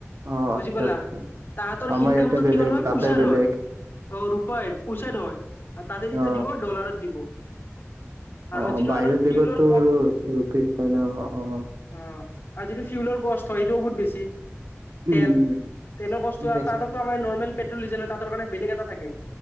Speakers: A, on the right; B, on the left.
A: অ',
B: বুজি
A: আচ্ছা,
B: পালা?
A: আচ্ছা।
B: তাহাঁতৰ
A: আমাৰ
B: ইনকামটো
A: ইয়াতে বেলেগ
B: কিহত হয়
A: তাতে
B: পইচাত
A: বেলেগ
B: হয়। অ ৰূপাই পইচাত হয়, তাহাঁতে যেতিয়া
A: অ
B: দিব ডলাৰত দিব আৰু
A: অ
B: যিটো
A: বাহিৰৰ
B: আৰু ফিউলৰ
A: দেশত টো আৰু ৰূপিত নহয় ন অ অ।
B: অঁ আৰু যিটো ফিউলৰ কষ্ট হয় সেইটোও বহুত বেছি।
A: উম
B: তেল
A: উম
B: তেলৰ কষ্টটো আৰু
A: বেছি
B: তাত আকো আমাৰ নৰ্মেল পেট্ৰল ডিজেল নহয়, তাহাঁতৰ কাৰণে বেলেগ এটা থাকে।